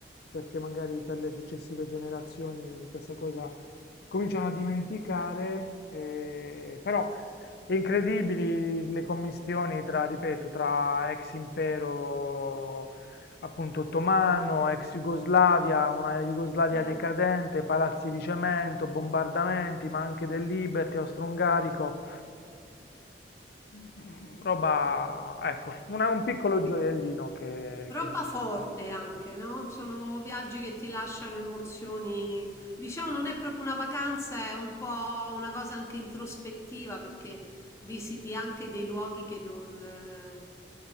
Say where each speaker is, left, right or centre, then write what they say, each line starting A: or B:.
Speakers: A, on the left; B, on the left.
A: perché magari per le successive generazioni questa cosa cominciano a dimenticare, eh, però è incredibili le commistioni tra, ripeto, tra ex impero appunto ottomano, ex Jugoslavia, una Jugoslavia
B: Sì.
A: decadente, palazzi di cemento, bombardamenti, ma anche del Liberty austro-ungarico. Mm, Roba, ecco, una- un piccolo gioiellino che,
B: Roba
A: che-
B: forte anche, no? Sono viaggi che ti lasciano emozioni. Diciamo, non è proprio una vacanza, è un po' una cosa anche introspettiva perché visiti anche dei luoghi che non, eh,